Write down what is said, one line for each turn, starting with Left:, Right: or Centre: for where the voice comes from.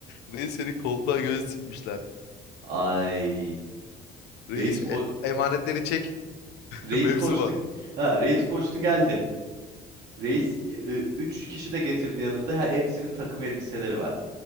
Left: Reis seni koltuğa göz dikmişler.
Right: Ay.
Left: Reis
Right: Reis ko
Left: e- emanetleri çek. <laughs>
Right: reis
Left: Mevzu
Right: koştu.
Left: var.
Right: Ha, reis koştu geldi. Reis 3 kişi de getirdi yanında. He- Hepsinin takım elbiseleri var.